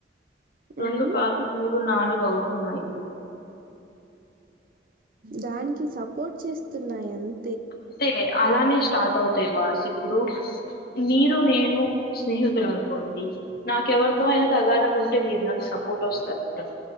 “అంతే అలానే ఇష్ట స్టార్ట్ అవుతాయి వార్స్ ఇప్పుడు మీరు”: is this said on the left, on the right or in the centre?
Left